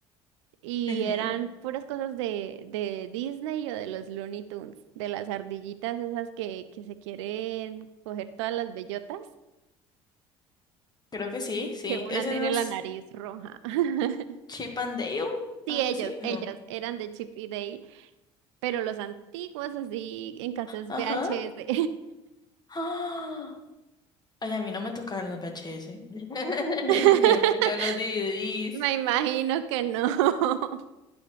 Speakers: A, on the right (about 75°); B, on the left (about 25°).
A: y
B: Ujú,
A: eran puras cosas de, de Disney o de los Looney Tunes, de las ardillitas esas que, que se quieren coger todas las bellotas,
B: creo que sí, sí.
A: que una
B: ¿Ese
A: tiene
B: no
A: la
B: es
A: nariz roja. <laughs>
B: Chip and Dale?
A: Sí,
B: ¿Algo
A: ellos,
B: así? No.
A: ellos eran de Chip y Dale, pero los antiguos así en casas
B: Ajá.
A: VHS.
B: <gasps> ¡Ah! Ay, a mí no me tocaron los VHS. <laughs> A mí
A: <laughs>
B: me tocaron los DVDs.
A: Me imagino que no. <laughs>